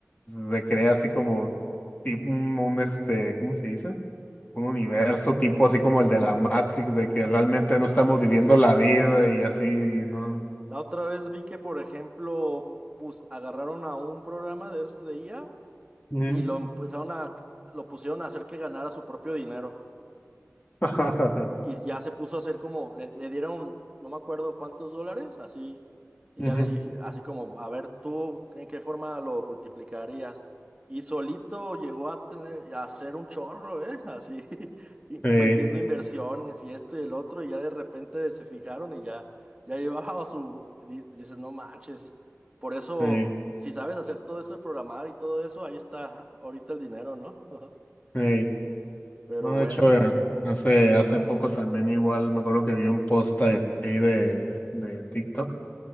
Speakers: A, on the left; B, on the right.
A: recrea así como tipo un, un, este, ¿cómo se dice? Un universo tipo así como el de la Matrix, de que realmente no
B: Ah,
A: estamos
B: ya
A: viviendo
B: sé.
A: la vida y así, ¿no?
B: La otra vez vi que, por ejemplo, pus- agarraron a un programa de esos de IA
A: Ujú.
B: y lo empezaron a, lo pusieron a hacer que ganara su propio dinero.
A: <laughs>
B: Y ya se puso a hacer como, le, le dieron, no me acuerdo cuántos dólares, así, y
A: Ujú.
B: ya le dije, así como, a ver tú, ¿en qué forma lo multiplicarías? Y solito llegó a tener, a hacer un chorro, ¿eh? Así, <laughs> y
A: Ey,
B: metiendo inversiones y esto y el otro, y ya de repente se fijaron y ya, ya llevaba <laughs> su, di- dices, no manches. Por eso,
A: ey,
B: si sabes hacer todo eso de programar y todo eso, ahí está ahorita el dinero, ¿no? <laughs>
A: ey.
B: Pero
A: No,
B: bueno.
A: de hecho, eh, hace, hace poco también igual me acuerdo que vi un post ahí de, de, de TikTok